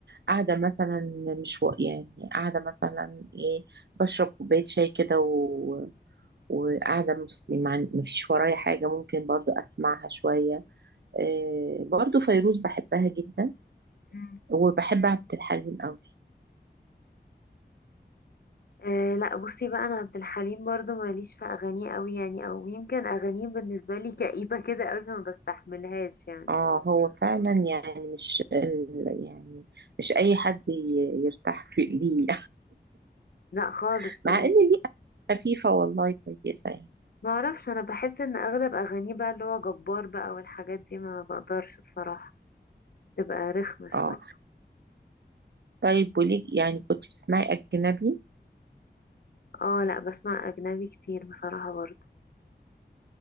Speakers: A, on the right; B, on the left.
A: قاعدة مثلا مش و- يعني قاعدة مثلا ايه بشرب كوباية شاي كده و... وقاعدة مسلمة مفيش ورايا حاجة ممكن برضو أسمعها شوية إيه برضو فيروز بحبها جدا
B: مم.
A: وبحب عبد الحليم قوي
B: آه لا بصي بقى انا عبد الحليم برضو ماليش في اغانيه قوي يعني او يمكن اغانيه بالنسبه لي كئيبه كده قوي فما بستحملهاش يعني
A: اه هو فعلا يعني مش ال... يعني مش أي حد ي- يرتاح في ليه
B: لا خالص
A: <laughs>
B: ليه
A: مع إن ليه خفيفة والله كويسة يعني
B: ما اعرفش انا بحس ان اغلب اغانيه بقى اللي هو جبار بقى والحاجات دي ما بقدرش بصراحه تبقى رخمه شويه
A: اه طيب وليك يعني كنت بتسمعي أجنبي؟
B: اه لا بسمع اجنبي كتير بصراحه برضو